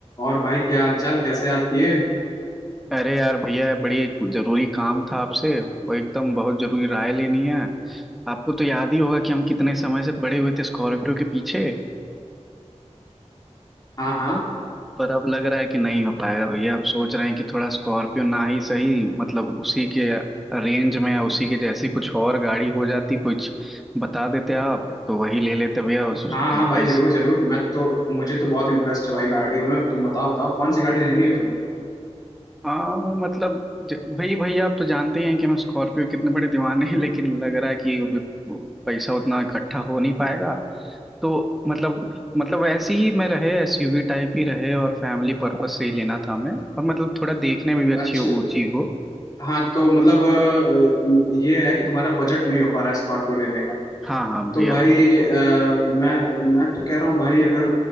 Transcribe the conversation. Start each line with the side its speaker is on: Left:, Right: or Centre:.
Left: और भाई क्या हालचाल कैसे याद किए
Centre: अरे यार भैया बड़ी एक जरूरी काम था आपसे वो एकदम बहुत जरूरी राय लेनी है आपको तो याद ही होगा कि हम कितने समय से पड़े हुए थे स्कॉर्पियो के पीछे
Left: हाँ हाँ
Centre: पर अब लग रहा है कि नहीं हो पाएगा भैया अब सोच रहे हैं कि थोड़ा स्कॉर्पियो ना ही सही मतलब उसी के रेंज में या उसी के जैसी कुछ और गाड़ी हो जाती कुछ बता देते आप तो वही ले लेते भैया उस
Left: हाँ हाँ
Centre: पैसे
Left: भाई जरूर जरूर मैं तो मुझे तो बहुत इंटरेस्ट है भाई गाड़ियों में तुम बताओ बताओ कौन सी गाड़ी लेनी है तुम्हें
Centre: हाँ मतलब ज- भाई भैया आप तो जानते ही हैं कि हम स्कॉर्पियो कितने बड़े दीवाने हैं लेकिन लग रहा है कि अभी पैसा उतना इकट्ठा हो नहीं पाएगा तो मतलब मतलब वैसे ही मैं रहे एसयूवी टाइप ही रहे और फैमिली पर्पस से ही लेना था हमें और मतलब थोड़ा देखने में भी अच्छी
Left: अच्छा
Centre: हो ऊंची हो
Left: हाँ तो मतलब अ, ये है कि तुम्हारा बजट नहीं हो पा रहा है स्कॉर्पियो लेने का
Centre: हाँ हाँ भैया
Left: तो भाई अ, मैं मैं तो कह रहा हूँ भाई अगर